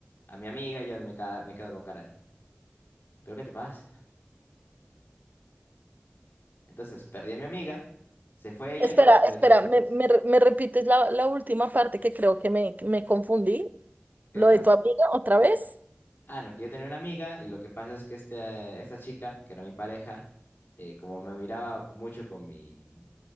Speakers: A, on the left; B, on the right.
A: a mi amiga y yo me, ca- me quedo con cara de, ¿pero qué te pasa? Entonces perdí a mi amiga, se fue ella
B: Espera,
A: y perdí
B: espera,
A: a todos mis amigos.
B: ¿me, me re- me repites la, la última parte que creo que me, me confundí?
A: ¿Qué
B: ¿Lo
A: cosa?
B: de tu amiga otra vez?
A: Ah, no, que yo tenía una amiga y lo que pasa es que este, esta chica, que era mi pareja, eh, como me miraba mucho con mi,